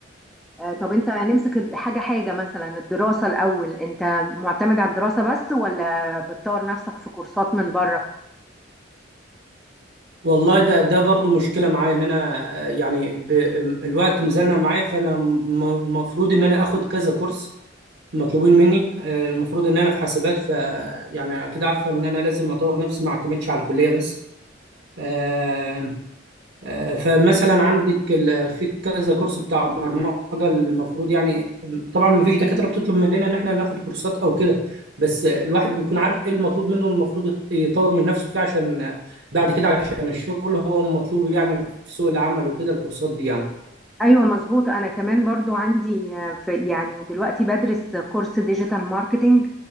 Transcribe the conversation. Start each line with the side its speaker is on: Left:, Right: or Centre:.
Centre: آه طب انت نمسك ال- حاجة حاجة مثلا الدراسة الاول انت معتمد على الدراسة بس ولا بتطور نفسك في كورسات من بره
Right: والله ده ده برضو مشكلة معايا ان انا آه، يعني ب... الوقت مزنق معايا فانا م- المفروض ان انا اخد كذا كورس مطلوبين مني آه، المفروض ان انا في حاسبات ف يعني اكيد عارفة ان انا لازم اطور نفسي ما اعتمدش على الكلية بس آه، آه، فمثلا عندك ال- في كذا كورس بتاع برمجة المفروض يعني طبعا ما فيش دكاترة بتطلب مننا ان احنا ناخد كورسات او كده بس الواحد بيكون عارف ايه المطلوب منه والمفروض يت- يطور من نفسه فيه عشان بعد كده عشان الشغل هو مطلوب يعني في سوق العمل وكده الكورسات دي يعني
Centre: ايوه مظبوط انا كمان برضو عندي آه، في يعني دلوقتي بدرس كورس ديجيتال ماركتينج